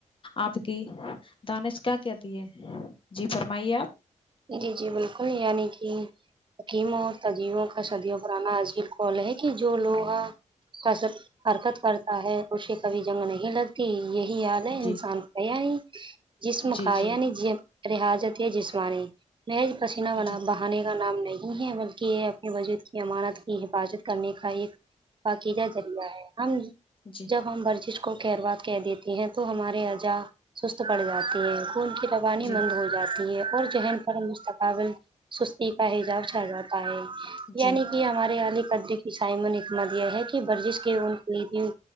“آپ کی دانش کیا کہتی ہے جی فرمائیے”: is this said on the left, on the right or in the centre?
Left